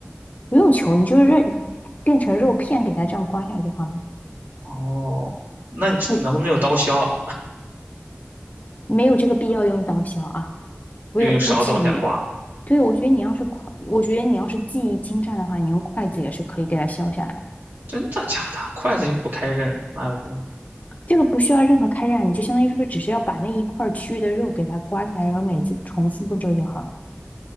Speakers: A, on the left (about 35°); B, on the right (about 50°).
A: 不用求，你就是认变成肉片给它这样刮下来就好了。
B: 哦，那你能不能用刀削？
A: 我没有这个必要用刀削啊，不用不至于。
B: 就用勺子往下刮？
A: 对，我觉得你要是筷我觉得你要是技艺精湛的话，你用筷子也是可以给它削下来的。
B: 真的假的？筷子又不开刃，哪有的吗？
A: 这个不需要任何开刃啊，你就相当于说只是要把那一块儿区域的肉给它刮下来，然后每次重复步骤就好了。